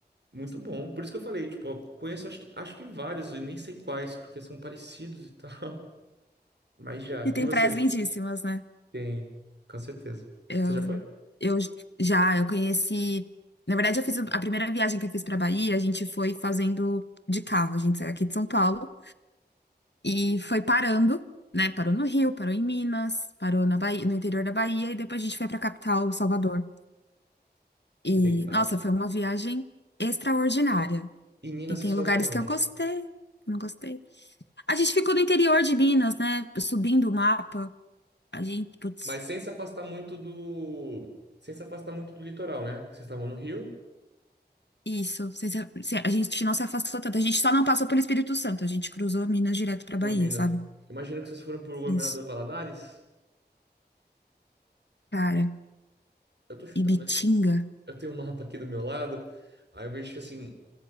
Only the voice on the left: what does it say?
E tem
praias lindíssimas, né?
Eu,
eu já, eu conheci. Na verdade, eu fiz a primeira viagem que eu fiz para Bahia, a gente foi fazendo de carro. A gente saiu aqui de São Paulo e foi parando, né? Parou no Rio, parou em Minas, parou na Bahia, no interior da Bahia e depois a gente foi para a capital, Salvador. E,
nossa, foi uma viagem extraordinária.
E tem
lugares
que eu gostei, que eu não gostei. A gente ficou no interior de Minas, né? Subindo o mapa. A gente, putz.
Isso, vocês- se- a gente não se afastou tanto, a gente só não passou pelo Espírito Santo, a gente cruzou Minas direto pra
Bahia,
sabe?
Isso.
Cara,
Ibitinga.